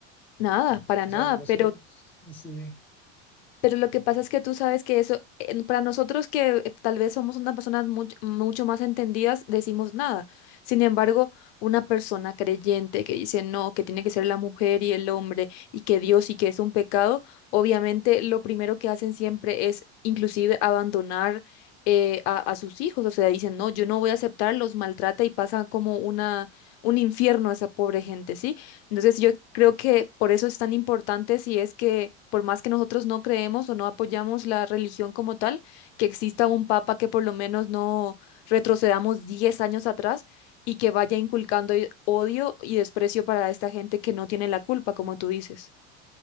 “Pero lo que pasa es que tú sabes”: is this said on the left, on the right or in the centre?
Left